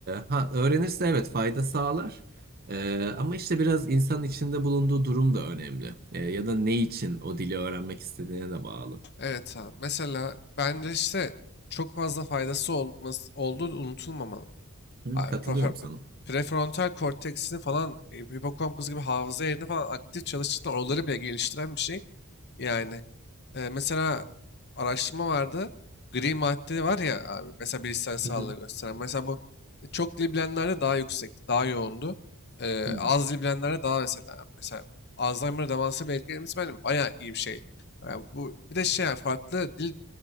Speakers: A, on the right; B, on the left.
A: ha, öğrenirse evet fayda sağlar. Ee, ama işte biraz insanın içinde bulunduğu durum da önemli. Ee, ya da ne için o dili öğrenmek istediğine de bağlı.
B: Evet abi. Mesela bence işte çok fazla faydası olması, olduğu unutulmamalı.
A: Hı,
B: Abi
A: katılıyorum
B: profe-
A: sana.
B: prefrontal korteksini falan, e, hipokampus gibi hafıza yerini falan aktif çalıştıran oraları bile geliştiren bir şey. Yani e, mesela araştırma vardı. Gri madde var ya abi mesela bilişsel sağlığı
A: Hı hı.
B: gösteren. Mesela bu e, çok dil bilenlerde daha yüksekti, daha yoğundu. E,
A: Hı hı.
B: az dil bilenlerde daha mesela mesela Alzheimer'a demansa bir etkilemesi benim bayağı iyi bir şey. E, bu bir de şey yani farklı dil